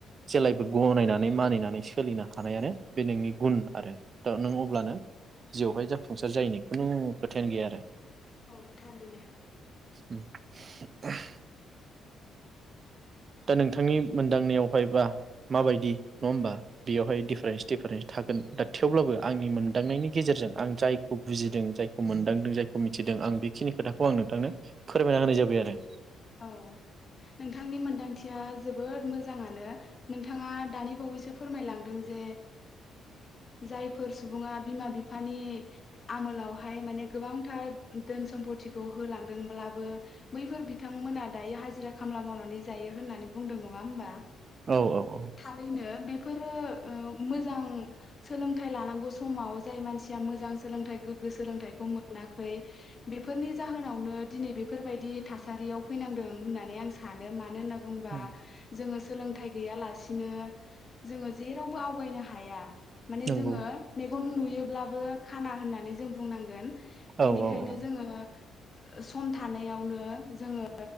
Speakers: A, on the right; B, on the left.
A: जेबायबो गनायनानै मानिनानै सोलिनो हानायानो बे नोंनि गुन आरो दा नों अब्लानो जिआवहाय जाफुंसार जायैनि खुनु खोथायानो गैया आरो।
B: औ थारैनो
A: उ‌म <unintelligible> दा नोंथांनि मोनदांनायावहायबा माबायदि नङा हबा बेयावहाय दिडिफारेन्स दिडिफारेन्स थागोन दा थेवब्लाबो आंनि मोनदांनायनि गेजेरजों आं जायखौ बुजिदों जायखौ मोनदांदों जायखौ मिथिदों आं बेखिनि खोथाखौ आं नोंथांनो फोरमायना होनाय जाबाय आरो
B: औ नोंथांनि मोन्दांथिया जोबोद मोजाङानो नोंथाङा दानि बावैसो फोरमायलांदों जे जायफोर सुबुङा बिमा बिफानि आमोलाव बवहाय माने गोबांथार धोन सम्पतिखौ होलाङो ओमब्लाबो बैफोर बि थांमोना दायो हाजिरा खामला मावनानै जायो होननानै बुंदों । नङा होमबा?
A: औ औ औ
B: थारैनो बे फोरो ओ मोजां सोलोंथाय लानांगौ समाव जाय मानसिया मोजांस सोलोंथाइ गोग्गो सोलोंथाइखौ मोन मोनाखै बेफोरनि जाहोनावनो दिनै बेफोरबायदि थास सारियाव फैनांदों होननानै आं सानो मानो होनना बुंबा
A: उम
B: जोङो सोलोंथाइ गैयालासिनो जोङो जेरावबो आवगायनो हाया । माने
A: नंगौ
B: जोङो मे गन नुयोब्लाबो खाना होननानै जों बुंनांगोन । बेनिखायनो
A: औ औ औ
B: जोङो ओ सम थानायावनो जोङो